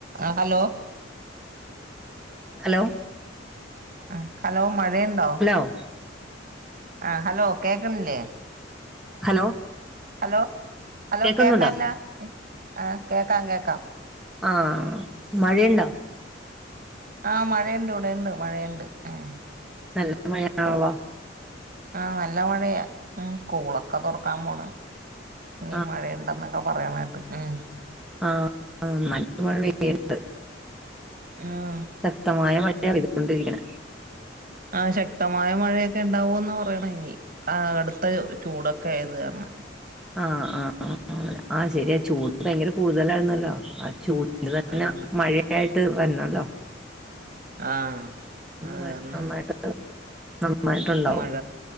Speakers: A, on the right (about 50°); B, in the centre.
A: ആഹ് hello
B: hello
A: ആഹ് hello മഴയുണ്ടോ
B: ണ്ടോ
A: ആഹ് ഹലോ കേൾക്കണില്ലേ
B: ഹലോ
A: ഹലോ ഹലോ
B: കേക്കുന്നുണ്ടോ
A: കേക്കാല്ല ആഹ് കേൾക്കാം കേൾക്കാം
B: ആഹ് മഴയുണ്ടോ
A: ആഹ് മഴയുണ്ട് ഇവിടെുണ്ട് മഴയുണ്ട് ഉം
B: നല്ല മഴയാണല്ലോ
A: കോ ആഹ് നല്ല മഴയാ ഉം സ്കൂളൊക്കെ തുറക്കാൻ പോണ് ഇനി
B: ആ ആ
A: മഴുണ്ടന്നൊക്കെ പറയണ് കേട്ട് ഉം
B: ആഹ് നല്ല മഴ പെയ്യ്ണ്ട്
A: ആഹ്
B: ശക്തമായ മഴ പെയ്തുകൊണ്ടിരിക്കണ
A: ആഹ് ശക്തമായ മഴയൊക്കെ ഉണ്ടാവൂന്ന് പറയണ് ഇനി ആഹ് കടുത്ത ചൂടൊക്കെ ആയത് കാരണം
B: ആഹ് ആഹ് ആഹ് ശരിയാ ചൂട് ഭയങ്കര കൂടുതലായിന്നല്ലോ ആഹ് ചൂട് എന്നാലെ
A: ഉം
B: മഴയായിട്ട് വരണല്ലോ
A: ആ അത്
B: മഴ
A: കാരണം
B: നന്നായിട്ട് നന്നായിട്ടുണ്ടാവും
A: മഴ